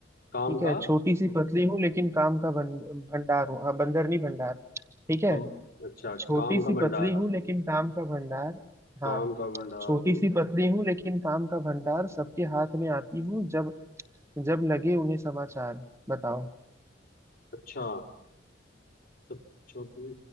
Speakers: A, on the right (about 15°); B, on the left (about 70°).
A: ठीक
B: काम
A: है
B: का
A: छोटी सी पतली हूँ लेकिन काम का बंद भंडार हूँ हाँ बंदर नहीं भंडार ठीक है
B: कम अच्छा
A: छोटी
B: काम
A: सी
B: का भंडार
A: पतली हूँ लेकिन काम का भंडार हाँ
B: काम का भंडार
A: छोटी
B: हूँ
A: सी पतली हूँ लेकिन काम का भंडार सबके हाथ में आती हूँ जब जब लगे उन्हें समाचार बताओ
B: अच्छा सब छोटी